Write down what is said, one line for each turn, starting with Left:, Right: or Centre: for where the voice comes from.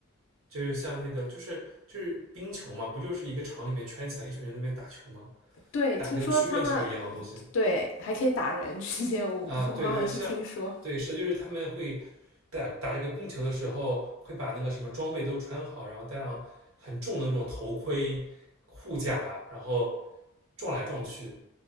Right: 就是像那个，就是就是冰球嘛，不就是一个场里面圈起来一群人在那边打球吗？
Left: 对，
Right: 打那个曲棍球一样的东西。
Left: 听说他们对还可以打人之间，我我好像是听说，
Right: 啊，对对，像对是的就是他们会打打这个冰球的时候，会把那个什么装备都穿好，然后带上很重的那种头盔、护甲，然后撞来撞去，